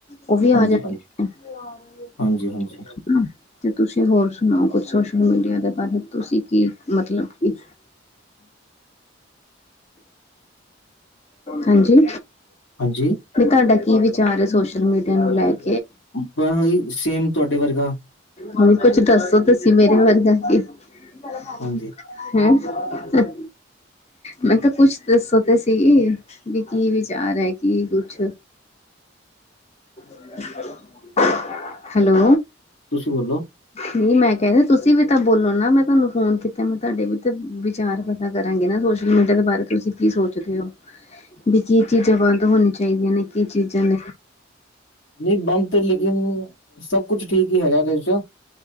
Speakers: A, on the left; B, on the left.
A: ਉਹ ਵੀ
B: ਹਾਂਜੀ-ਹਾਂਜੀ,
A: ਆ ਜਾਂਣ <unintelligible>
B: ਹਾਂਜੀ-ਹਾਂਜੀ
A: ਹੂੰ ਤੇ ਤੁਸੀਂ ਹੋਰ ਸੁਣਾਓ ਕੁਛ ਸੋਸ਼ਲ ਮੀਡੀਆ ਦੇ ਬਾਰੇ ਤੁਸੀ ਕੀ ਮਤਲਬ ਕੀ ਹਾਂਜੀ
B: ਹਾਂਜੀ
A: ਵੀ ਤੁਹਾਡਾ ਕੀ ਵਿਚਾਰ ਹੈ ਸੋਸ਼ਲ ਮੀਡੀਆ ਨੂੰ ਲੈ ਕੇ
B: ਆਪਾਂ ਹੀ ਸੇਮ ਤੁਹਾਡੇ ਵਰਗਾ
A: ਹ ਕੁਛ ਦੱਸੋ ਤੁਸੀ ਮੇਰੇ ਵਰਗਾ <unintelligible>
B: ਹਾਂਜੀ,
A: <unintelligible> ਮੈਂ ਕਿਹਾ ਕੁੱਛ ਦੱਸੋ ਤੇ ਸੀ ਵੀ ਕੀ ਵਿਚਾਰ ਹੈ ਕੀ ਕੁੱਛ <inaudible> ਹੈਲੋ
B: ਤੁਸੀਂ ਬੋਲੋ
A: ਨਹੀਂ ਮੈਂ ਕਹਿ ਰਹੀ ਤੁਸੀਂ ਵੀ ਤਾਂ ਬੋਲੋ ਨਾ ਮੈਂ ਤੁਹਾਨੂੰ ਫੋਨ ਕੀਤਾ ਮੈਂ ਤੁਹਾਡੇ ਵੀ ਤੇ ਵਿਚਾਰ ਗੱਲਾ ਕਰਾਂਗੇ ਨਾ ਸੋਸ਼ਲ ਮੀਡੀਆ ਦੇ ਬਾਰੇ ਤੁਸੀਂ ਕੀ ਸੋਚਦੇ ਹੋ। ਵੀ ਕੀ ਚੀਜ਼ਾਂ ਬੰਦ ਹੋਣੀਆ ਚਾਹੀਦੀਆਂ ਨੇ ਕੀ ਚੀਜ਼ਾਂ ਨੇ।
B: ਨਹੀਂ ਬੰਦ ਤੇ ਲੇਕਿਨ, ਸਭ ਕੁਛ ਠੀਕ ਨੀ ਹੈਗਾ ਐਦੇ ਚ।